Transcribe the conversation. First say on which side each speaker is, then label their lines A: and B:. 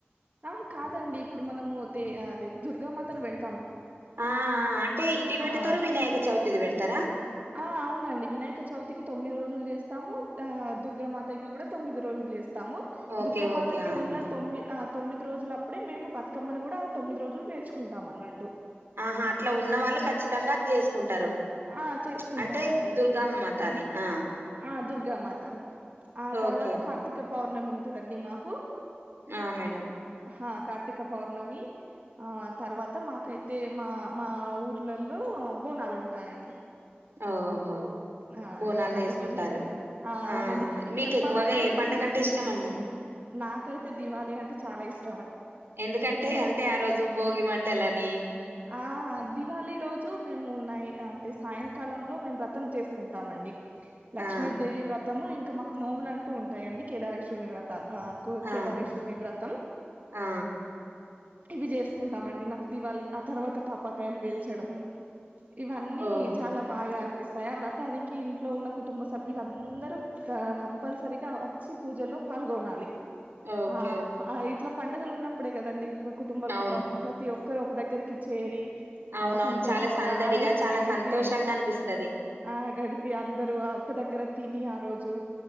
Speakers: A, on the right; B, on the right.
A: ఆహా కాదండి ఇప్పుడు మనము దే ఆదే దుర్గామాతను పెడ్
B: ఆ ఆ అంటే ఇది పెడతరు
A: ఆ
B: వినాయక చవితిది పెడతరా.
A: ఆ అవునండి వినాయక చవితికి. తొమ్మిది రోజులు చేస్తాము. ఆ దుర్గా మాత కి కూడ తొమ్మిది రోజులు చేస్త్ తాము
B: ఓకే.
A: దుర్గా
B: ఓకే.
A: మాతాకి
B: ఆ!
A: ఉన్న
B: మేడం.
A: తొమ్మిద్ ఆ తొమ్మిది రోజులు అప్పుడే మేము బతుకమ్మని గూడా ఆ తొమ్మిది రోజులు పేర్చుకుంటాం అన్నట్టు.
B: ఆహా అట్లా ఉన్న వాళ్ళు ఖచ్చితంగా అది చేసుకుంటారు.
A: ఆ చేసుకుంటామండి
B: ప్చ్ అంటే దుర్గామ్ మాతాని
A: ఉమ్,
B: ఆ
A: ఆ దుర్గామాతాని ఆ తర్వాత
B: ఓకే.
A: కార్తీక పౌర్ణమి ఉంటదండి మాకూ.
B: ఆ మేడం
A: హా కార్తీక పౌర్ణమీ ఆ తర్వాత మాకైతే మా మా ఊర్లల్లో. ఆ బోనాలు ఉంటాయండి.
B: అఓహో
A: ఆ
B: బోనాలు
A: ఇట్లా
B: చేసుకుంటారు
A: ఇవి ఇలాంటివి ఆ అవునండి
B: ఆహ మీకు
A: చెప్పాలంటే
B: ఎక్కువగా ఏ పండగంటే
A: నే-
B: ఇష్టమండి.
A: నాకైతే దివాళీ అంటే చాలా ఇష్
B: ఎందుకంటే అంటే ఆ రోజు భోగి మంటలనీ.
A: ఆహా దివాళీ రోజు మేము నై అం టే సాయంకాలంలో మేము వ్రతం చేసుకుంటాం మండి లక్ష్మీదేవి
B: ఆ!
A: వ్రతమూ ఇంక్ కా మాకు నోములంటూ ఉంటాయండి కేదారేశ్వరుని వ్రతాల్. ఆ కో
B: ఆ!
A: కేదారేశ్వరుణి వ్రతం
B: ఆ!
A: ఇవి చేసుకుంటామండి నాకు దివాళి ఆ తర్వాత టాపాకాయలు వేల్చడం. ఇవన్నీ
B: ఓహ్!
A: చాలా బాగా అన్ పిస్తాయా ఆ వ్రతానికి ఇంట్లో ఉన్న కుటుంబ సభ్యులుందరూ కా కంపల్సరిగా వచ్చి పూజలో ఫాల్గొనాల్ లి
B: ఓకే.
A: ఆ
B: ఓకే.
A: అ ఇట్లా పండుగలు ఉన్నప్పుడే కదండి కుటుంబంలో
B: అవును.
A: ఉన్న ప్రతి ఒక్ క్కరు ఒక దగ్గరికి చేరీ
B: అవునవును.
A: ఆ సంతోషంగా
B: చాలా సందడిగా,
A: ఆ రోజును
B: చాలా
A: గడిపీ.
B: సంతోషంగా అనిపిస్తది.
A: ఆ గడిపి అందరు ఆ ఒక్క దగ్గర తినీ ఆ రోజూ